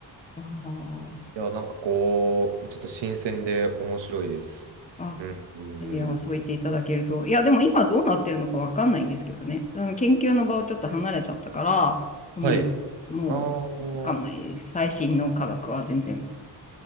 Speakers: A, on the left; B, on the right.
A: あー
B: いや、なんかこう、ちょっと新鮮で面白いです。
A: あ
B: うん、うん、
A: いや、
B: うん。
A: そう言っていただけると。いや、でも今どうなってるのかわかんないんですけどね。あの研究の場をちょっと離れちゃったから、うん、
B: はい。
A: もうわかんないです。
B: ああ、
A: 最新の科学は全然。